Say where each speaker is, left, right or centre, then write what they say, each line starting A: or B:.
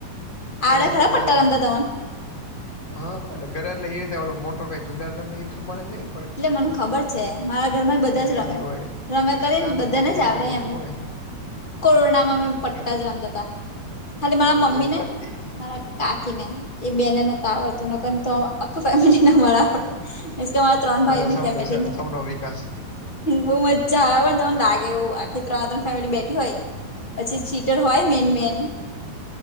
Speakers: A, on the left; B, on the left.
A: ઘરે
B: આવડે ખરા
A: બધા
B: પતા રમતા તમને?
A: હા અને ઘરે એટલે એ રીતેલો મોટો કઈ જુગાર રમે એ પ્રમાને નઈ
B: એટલે મને ખબર છે મારા ઘરમાં એ બધા
A: કે
B: જ
A: દીદી
B: રમે.
A: હોય
B: રમે કરીને
A: નાનું
B: બધાને
A: મોટું નાનું
B: જ આવડે
A: મોટું
B: એમ.
A: હોય
B: કોરોનામાં મે પટ્ટા
A: તે
B: જ રમતા તા ખાલી મારા મમ્મી
A: તીન
B: ને
A: પત્તી છે
B: મારા કાકીને એ બેને નતા આવડતું નકન તો આખું ફેમિલી ને અમારા આવડ મીન્સ કે અમાર ત્રણ
A: બધા
B: ભાઈઓની
A: સૌનો
B: ફેમિલીમાં
A: સાથ સૌનો વિકાસ
B: બઉુ મજ્જા આવે પણ તમને લાગે એવું આખી ત્રણ ત્રણ ફેમિલી બેઠી હોય પછી ચીટર હોય મેન મેન